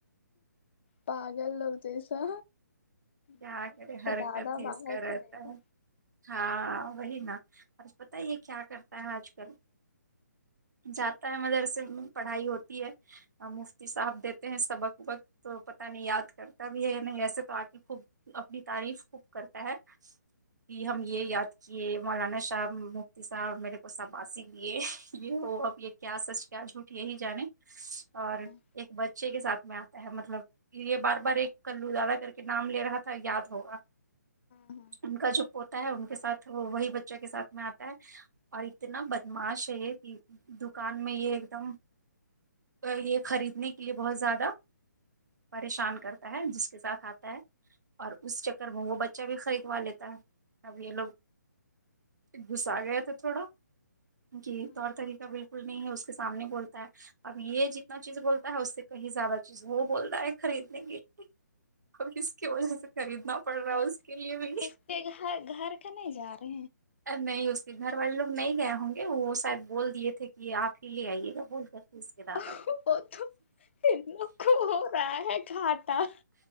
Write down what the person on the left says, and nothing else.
پاگل لوگ جیسا
بس
تو
زدہ
باہر
کھڑے تھے
ہاں
ہاں
ہاں
تو
اس کے گھر گھر کا نہیں جا رہے
ہیں
وہ تو ان لوگ کو ہو رہا ہے گھاٹا